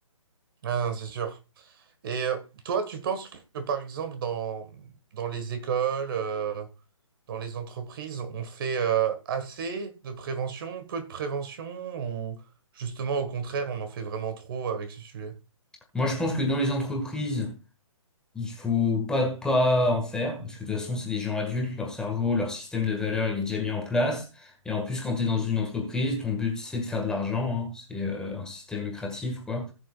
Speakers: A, on the right; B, in the centre.
A: Ah, non, c'est sûr. Et euh, toi, tu penses que par exemple dans, dans les écoles, euh, dans les entreprises, on fait euh, assez de prévention, peu de prévention, ou justement au contraire, on en fait vraiment trop avec ce sujet?
B: Moi je pense que dans les entreprises il faut pas pas en faire parce que de toute façon c'est des gens adultes leur cerveau leur système de valeurs il est déjà mis en place et en plus quand tu es dans une entreprise ton but c'est de faire de l'argent hein. c'est euh, un système lucratif quoi.